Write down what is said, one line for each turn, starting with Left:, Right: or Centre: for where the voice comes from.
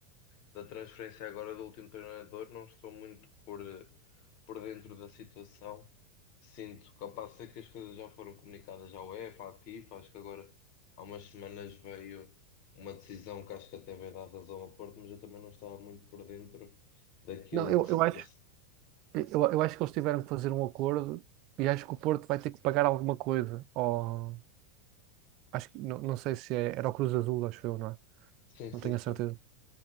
Left: da transferência agora do último treinador, não estou muito por, eh, por dentro da situação. Sinto que ao passo sei que as coisas já foram comunicadas à UEFA, à FIFA, acho que agora há umas semanas veio uma decisão que acho que até vai dar razão ao Porto, mas eu também não estava muito por dentro daquilo
Right: Não, eu,
Left: que se
Right: eu acho,
Left: passa.
Right: eu, eu acho que eles tiveram que fazer um acordo e acho que o Porto vai ter que pagar alguma coisa. ao, Acho que não, não sei se é, era o Cruz Azul, acho eu, não é?
Left: Sim,
Right: Não
Left: sim,
Right: tenho
Left: sim.
Right: a certeza.